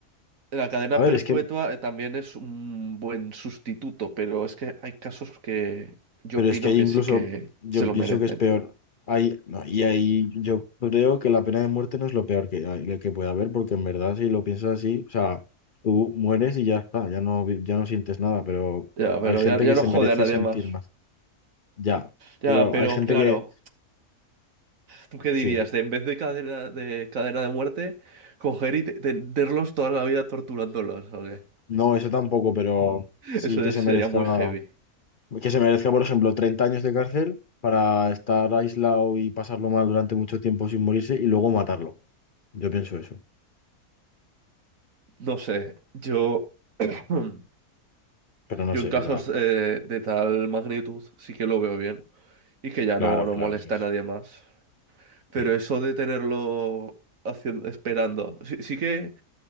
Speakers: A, on the right; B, on the left.
A: la cadena
B: A ver,
A: perpetua
B: es que
A: eh, también es un buen sustituto, pero es que hay casos que yo
B: Pero
A: opino
B: es que ahí
A: que
B: incluso
A: sí que
B: yo
A: se lo
B: pienso
A: merecen.
B: que es peor. Ahí, no, y ahí yo creo que la pena de muerte no es lo peor que, hay- que puede haber, porque en verdad si lo piensas así, o sea, tú mueres y ya está, ya no, vi- ya no sientes nada, pero
A: Ya,
B: hay
A: pero
B: gente
A: ya, ya
B: que se
A: no jode
B: merece
A: a nadie
B: sentir
A: más.
B: más, ya.
A: Ya,
B: Pero
A: pero
B: hay gente
A: claro,
B: que,
A: ¿tú qué
B: sí,
A: dirías? De en vez de cadena de cadena de muerte, coger y te- tenerlos toda la vida torturándolos, ¿o qué?
B: no, eso tampoco, pero sí
A: Eso
B: que
A: ya
B: se
A: sería
B: merezca,
A: muy heavy.
B: que se merezca, por ejemplo, 30 años de cárcel para estar aislado y pasarlo mal durante mucho tiempo sin morirse y luego matarlo. Yo pienso eso,
A: No sé, yo, <clears throat> yo
B: pero no
A: en
B: sé, en
A: casos
B: verdad.
A: eh, de tal magnitud sí que lo veo bien y que ya
B: Claro,
A: no, no
B: claro,
A: molesta
B: eso es.
A: a nadie más. Pero
B: Sí.
A: eso de tenerlo haciendo, esperando. Sí, sí que